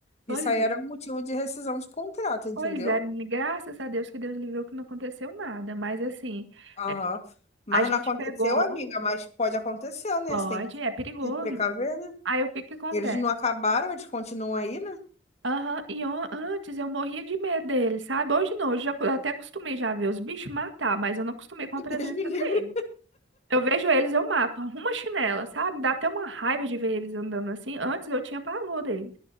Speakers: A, on the right; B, on the left.
A: pois
B: isso aí
A: é,
B: era um motivo de rescisão de contrato, entendeu?
A: pois é, menina, graças a Deus que Deus livrou que não aconteceu nada, mas assim,
B: Aham.
A: é,
B: Mas
A: a gente
B: não aconteceu,
A: pegou,
B: amiga, mas pode acontecer, né?
A: pode,
B: Você tem que
A: é perigoso.
B: se precaver, né?
A: Aí o que que acontece?
B: Eles não acabaram, eles continuam aí, né?
A: Aham, e on- antes eu morria de medo dele, sabe? Hoje não, hoje já, eu até acostumei já a ver os bichos matar, mas eu não acostumei
B: <laughs>
A: com a
B: Deus
A: presença
B: me livre.
A: dele. Eu vejo eles, eu mato, arrumo a chinela, sabe? Me dá até uma raiva de ver eles andando assim. Antes eu tinha pavor dele.